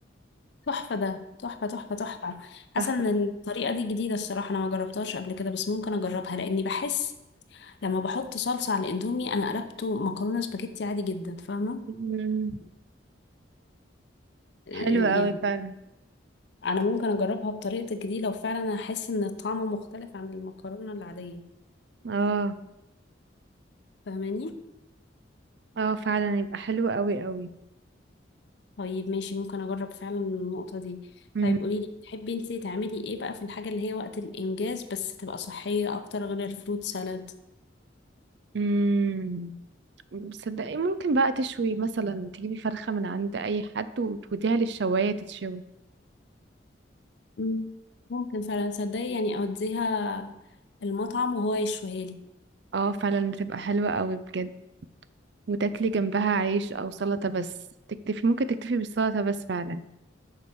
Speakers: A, on the left (about 65°); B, on the right (about 65°).
A: تحفة ده تحفة تحفة تحفة حاسة
B: تحفة
A: ان الطريقة دي جديدة الصراحة انا ما جربتهاش قبل كده بس ممكن اجربها لاني بحس لما بحط صلصة على الاندومي انا قلبته مكرونة سباجيتي عادي جدا فاهمة
B: مم.
A: آه،
B: حلو قوي
A: يعني
B: فعلا
A: انا ممكن اجربها بطريقتك دي لو فعلا انا احس ان الطعم مختلف عن المكرونه العاديه
B: اه
A: فاهماني
B: اه فعلا يبقى حلو قوي قوي
A: طيب ماشي ممكن اجرب فعلا النقطه دي
B: مهم.
A: طيب قولي لي تحبي انت تعملي ايه بقى في الحاجه اللي هي وقت الانجاز بس تبقى صحيه اكتر غير الفروت سالاد
B: مم. صدقي ممكن بقى تشوي مثلا تجيبي فرخة من عند اي حد وتوديها للشواية تتشوي
A: مم. ممكن فعلا صدقي يعني اوديها المطعم وهو يشويها لي
B: اه فعلا بتبقى حلوة قوي بجد وتاكلي جنبها عيش او سلطة بس تكتفي ممكن تكتفي بالسلطة بس فعلا